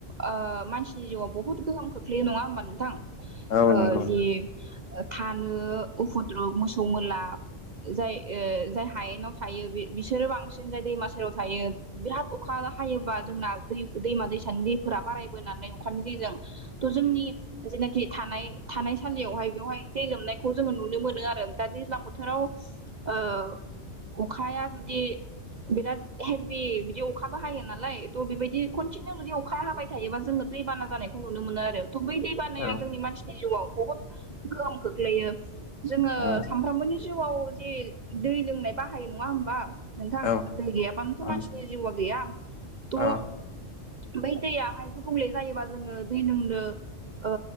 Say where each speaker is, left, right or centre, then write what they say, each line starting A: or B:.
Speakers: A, on the right; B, on the left.
A: ओ मानसिनि जिउआव बहुद गोहोम खोख्लैयो नङा होमबा नोंथां?
B: औ
A: ओ
B: नंगौ नोंथां
A: जि थानो उफुद्रु मोसौ मोला जाय ओ जाय हायेनाव थायो बि बिसोरो बांसिन जाय दैमा सेराव थायो बिराद अखा हायोबा जोंना दै-दैमा दैसानि दैफोरा बारायबोनानै अखानि दैजों थ' जोंनि जायनाखि थानाय थानाय सानदियावहाय बेवहाय दै लोमनायखौ जोङो नुनो मोनो आरो दा दैज्लां बोथोराव ओ अखाया जुदि बिराद हेभि बिदि अखाबो हायो नालाय थ' बिबायदि कन्टिनिउ जुदि अखाया हाबाय थायोबा जोङो दैबाना जानायखौ नुनो मोनो आरो। थ' बै दै बानाया
B: औ
A: जोंनि मानसिनि जिउआव बहुत गोहोम खोख्लैयो। जोङो
B: औ
A: सामफ्रामबोनि जिउआव जे दै लोंनाय बाहायो, नङा होमबा? नोंथां
B: औ
A: दै गैयाबानोथ'
B: ओं
A: मानसिनि जिउआ गैया। थ'
B: औ
A: बै दैयाहाय गुबुंले जायोबा जोङो दै लोंनो ओ